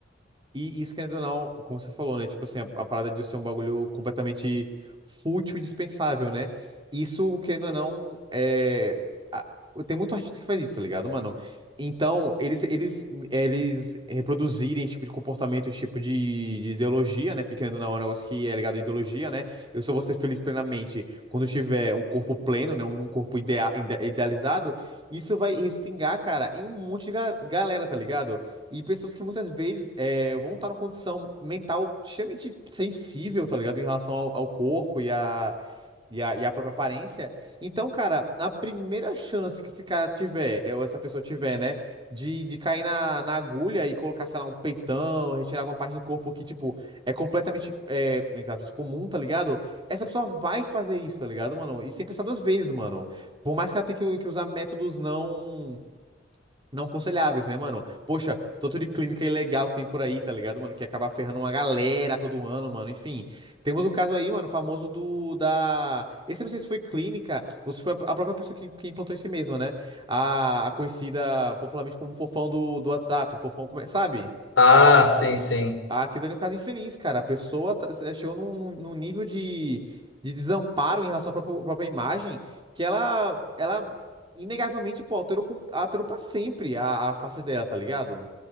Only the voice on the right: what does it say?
E isso, querendo ou não, como você falou, né? Tipo assim, a, a parada de ser um bagulho completamente fútil e dispensável, né? Isso, querendo ou não, é. a- Tem muito artista que faz isso, tá ligado, mano? Então, eles, eles, eles reproduzirem esse tipo de comportamento, esse tipo de, de ideologia, né? Porque, querendo ou não, é um negócio que é ligado à ideologia, né? Eu só vou ser feliz plenamente quando eu tiver um corpo pleno, né? Um, um corpo idea, ide- idealizado. Isso vai respingar, cara, em um monte de ga- galera, tá ligado? E pessoas que muitas vezes eh, vão estar numa condição mental extremamente sensível, tá ligado? Em relação ao, ao corpo e à e à- e à própria aparência. Então, cara, a primeira chance que esse cara tiver, eh, ou essa pessoa tiver, né, de, de cair na, na agulha e colocar, sei lá, um peitão, retirar alguma parte do corpo que, tipo, é completamente, é, entre aspas, comum, tá ligado? Essa pessoa vai fazer isso, tá ligado, mano? E sem pensar duas vezes, mano. Por mais que ela tenha que, que usar métodos não não aconselháveis, né, mano? Poxa, tanto de clínica ilegal que tem por aí, tá ligado, mano? Que acaba ferrando uma galera todo ano, mano. Enfim, temos o caso aí, mano, famoso do da. Esse eu não sei se foi clínica ou se foi a própria pessoa que, que implantou em si mesma, né? A, a conhecida popularmente como Fofão do, do WhatsApp, Fofão, como é- sabe?
Aquilo ali é um caso infeliz, cara. A pessoa tá- eh, chegou num, num- num nível de, de desamparo em relação à própria, própria imagem que ela, ela inegavelmente, pô, alterou, com- alterou pra sempre a, a face dela, tá ligado?